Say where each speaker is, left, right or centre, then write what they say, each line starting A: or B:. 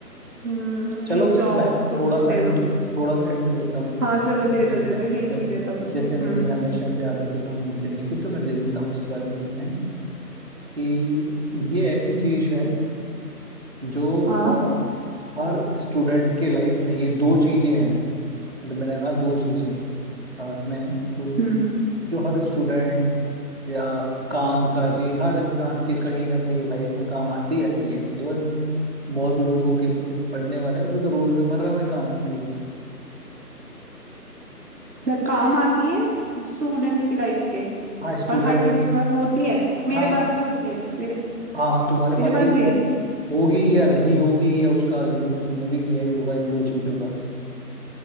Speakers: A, on the right; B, on the right.
A: हम्म
B: चलो
A: रुक जाओ
B: मैं
A: सोच
B: थोड़ा
A: दे
B: सा हिंट
A: दो
B: थोड़ा सा हिंट देता हूँ चलो
A: हाँ चलो
B: मैं
A: दे
B: दे
A: दो
B: देता
A: दे दो
B: हूँ
A: हिंट
B: जैसे
A: ही दे दो मुझे
B: जैसे
A: हम्म
B: मेरी हमेशा से आदत है तुम्हें हिंट देने की तो मैं दे देता हूँ इस बार भी तुम्हें हिंट कि ये ऐसी चीज है जो
A: हाँ
B: अ, हर स्टूडेंट के लाइफ में ये दो चीजें हैं मतलब मैंने कहा दो चीजें साथ में हैं तो
A: हम्म
B: जो हर स्टूडेंट या काम काजी हर इंसान के कहीं ना कहीं लाइफ में काम आती ही आती है इवन बहुत लोगों के जैसे पढ़ने वाले हैं, उनके तो रोजमर्रा में काम आती है
A: तो काम आती है स्टूडेंट्स की लाइफ के
B: हाँ स्टूडेंट्स
A: और हर किसी के पास होती है मेरे
B: हाँ
A: पास भी होती है मेरे
B: हाँ हाँ, तुम्हारे पास
A: मेरे पास
B: भी
A: भी है
B: होगी या रही होगी या उसका यूज तुमने भी किया ही होगा इन दो चीजों का